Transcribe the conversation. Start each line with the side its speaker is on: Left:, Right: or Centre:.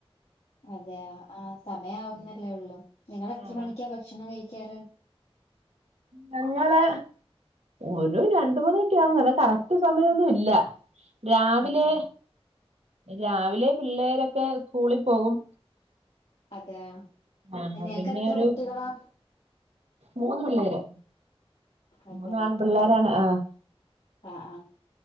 Left: അതെയ ആ സമയവുന്നല്ലേ ഉള്ളു നിങ്ങ
Right: ആഹ്
Left: എത്ര മണിക്കാ ഭക്ഷണം കഴിക്കാറ്
Right: ഞങ്ങള് ഒരു രണ്ടുമണിക്കെ ആകും കറക്റ്റ് സമയൊന്നും ഇല്ല രാവിലെ
Left: അതെ
Right: രാവിലെ പിള്ളേരൊക്കെ സ്കൂളിൽ പോകും
Left: അതെ
Right: ആഹ്
Left: നിങ്ങക്ക്
Right: പിന്നെ
Left: എത്ര
Right: ഒരു
Left: കുട്ടികളാ
Right: മൂന്ന് പിള്ളേര്
Left: അതെ
Right: മൂന്ന് ആൺപിള്ളേരാണ് ആഹ്
Left: അ അ